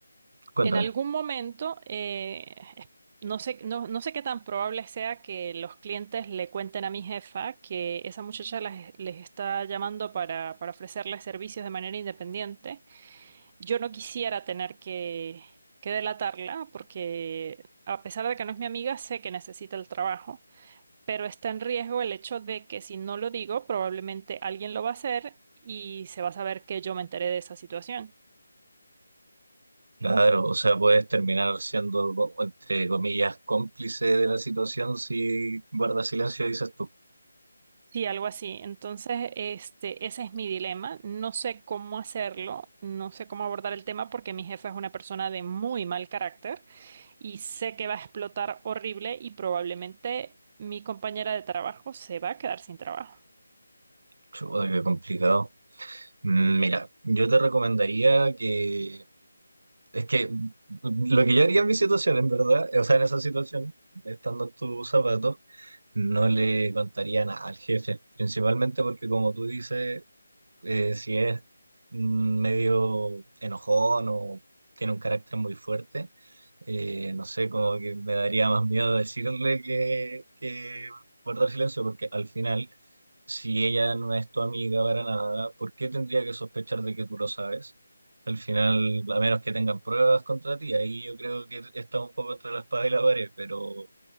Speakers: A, on the right; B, on the right.
A: Cuéntame.
B: En algún momento, eh, es- no sé, no, no sé qué tan probable sea que los clientes le cuenten a mi jefa que esa muchacha las- les está llamando para, para ofrecerles servicios de manera independiente. Yo no quisiera tener que, que delatarla porque a pesar de que no es mi amiga, sé que necesita el trabajo, pero está en riesgo el hecho de que si no lo digo, probablemente alguien lo va a hacer y se va a saber que yo me enteré de esa situación.
A: Claro, o sea, puedes terminar siendo, co- entre comillas, cómplice de la situación si guardas silencio dices tú,
B: Sí, algo así. Entonces, este, ese es mi dilema. No sé cómo hacerlo, no sé cómo abordar el tema porque mi jefa es una persona de muy mal carácter y sé que va a explotar horrible y probablemente mi compañera de trabajo se va a quedar sin trabajo.
A: chuta, qué complicado. Mm, Mira, yo te recomendaría que, es que mm, lo que yo haría en mi situación, en verdad, o sea, en esa situación, estando en tus zapatos, No le contaría nada al jefe, principalmente porque como tú dices, eh, si es mm, medio enojón o tiene un carácter muy fuerte, eh, no sé, como que me daría más miedo decirle que, que guardar silencio, porque al final, si ella no es tu amiga para nada, ¿por qué tendría que sospechar de que tú lo sabes? Al final, a menos que tengan pruebas contra ti, ahí yo creo que está un poco entre la espada y la pared, pero